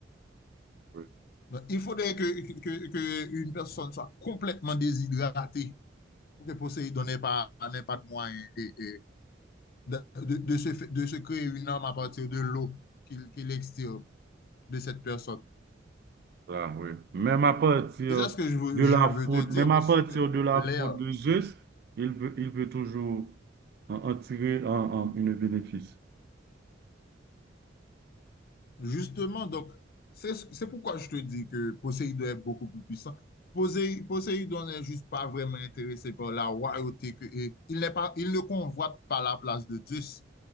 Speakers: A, on the right; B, on the left.
A: Oui,
B: Donc, il faudrait que, que- que une personne soit complètement déshydratée pour que Poséidon n'ait pas, n'ait pas de moyen et, et de, de- de se, de se créer une arme à partir de l'eau qu'il qu'il extire de cette personne.
A: ça, oui. Même à partir
B: C'est ça ce que je veux,
A: de
B: je
A: la
B: veux
A: faute,
B: te dire,
A: même
B: parce
A: à partir
B: que
A: de la
B: l'air,
A: faute de juste, il peut, il peut toujours en, en tirer un un- une bénéfice.
B: justement, donc, c'est c'est pourquoi je te dis que Poséidon est beaucoup plus puissant. Posé- Poséidon n'est juste pas vraiment intéressé par la royauté que, et il n'est pas, il ne convoite pas la place de Zeus.